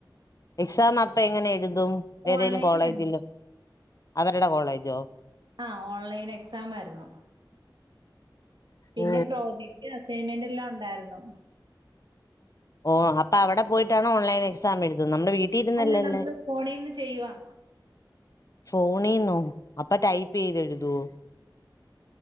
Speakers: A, on the left; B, on the right.
A: എക്സാം അപ്പ എങ്ങനെ എഴുതും ഏതേലും
B: ഓൺലൈൻ
A: കോളേജില്
B: ആയിരുന്നു
A: അവരുടെ കോളേജോ
B: ആഹ് ഓൺലൈൻ എക്സാം ആയിരുന്നു പിന്നെ
A: ഓ
B: പ്രോജക്ട് അസൈൻമെന്റ് എല്ലാം ഉണ്ടായിരുന്നു
A: ഓ അപ്പൊ അവിടെ പോയിട്ടാണ് ഓൺലൈൻ എക്സാം എഴുതുന്നത് നമ്മുടെ വീട്ടിൽ ഇരുന്നല്ലല്ലേ
B: അല്ല നമ്മള് ഫോണീന്ന് ചെയ്യുവാ
A: ഫോണിന്നോ അപ്പൊ ടൈപ്പ് ചെയ്ത് എഴുതുവോ